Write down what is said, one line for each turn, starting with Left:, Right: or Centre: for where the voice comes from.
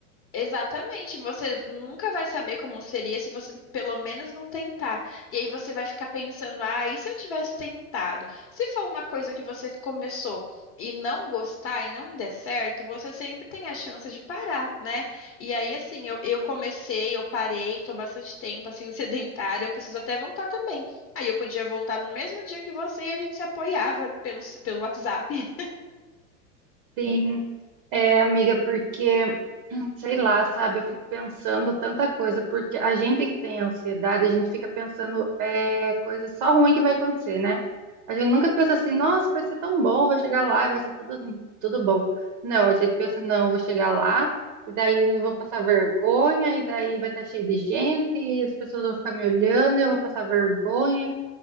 Left: Exatamente, você nunca vai saber como seria se você pelo menos não tentar. E aí você vai ficar pensando, ah, e se eu tivesse tentado? Se for uma coisa que você começou e não gostar e não der certo, você sempre tem a chance de parar, né? E aí, assim, eu, eu comecei, eu parei, tô bastante tempo, assim, <laughs> sedentária, eu preciso até voltar também. Aí eu podia voltar no mesmo dia que você e a gente se apoiava pelo, pelo WhatsApp.
Right: Sim, é, amiga, porque, sei lá, sabe, eu fico pensando tanta coisa, porque a gente que tem ansiedade, a gente fica pensando é, coisas só ruim que vai acontecer, né? A gente nunca pensa assim, nossa, vai ser tão bom, vou chegar lá, e vai ser tudo, tudo bom. Não, a gente pensa, não, eu vou chegar lá, e daí eu vou passar vergonha, e daí vai estar cheio de gente, e as pessoas vão ficar me olhando, e eu vou passar vergonha.